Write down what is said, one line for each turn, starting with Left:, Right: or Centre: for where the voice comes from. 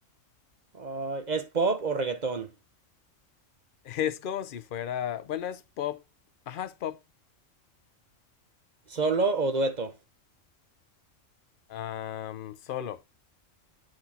Right: Ay, es pop o reggaetón.
Left: Es como si fuera. Bueno, es pop. Ajá, es pop.
Right: Solo o dueto.
Left: Am, solo.